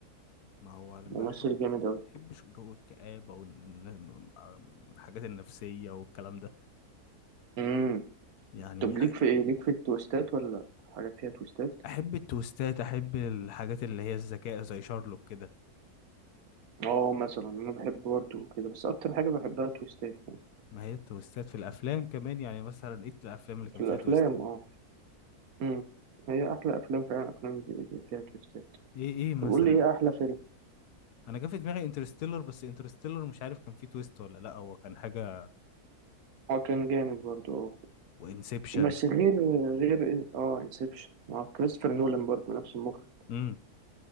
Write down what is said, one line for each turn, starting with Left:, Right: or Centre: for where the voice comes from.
Left: ما هو انا
Right: ممثل
Left: بحب
Right: جامد قوي
Left: بحبش جو الكآبة والحاجات النفسية والكلام ده
Right: امم
Left: يعني
Right: طب ليك
Left: ح-
Right: في ايه ليك في التويستات ولا لأ؟ حاجات فيها تويستات
Left: أحب التويستات أحب الحاجات اللي هي الذكاء زي شارلوك كده
Right: اه مثلا انا بحب برضه كده بس اكتر حاجه بحبها تويستات يعني
Left: ما هي التويستات في الأفلام كمان يعني مثلا إيه الأفلام اللي كان
Right: في
Left: فيها
Right: الافلام
Left: تويستات
Right: اه امم هي احلى افلام فعلا افلام بيبقى فيها تويستات
Left: إيه إيه مثلا
Right: طب قول لي ايه احلى فيلم
Left: أنا جه في دماغي انترستيلر بس انترستيلر مش عارف كان فيه تويست ولا لأ هو كان حاجة
Right: اه كان جامد برضه اه
Left: وإنسبشن
Right: بس غير غير اه انسبشن مع كريستوفر نولان برضه نفس المخرج
Left: امم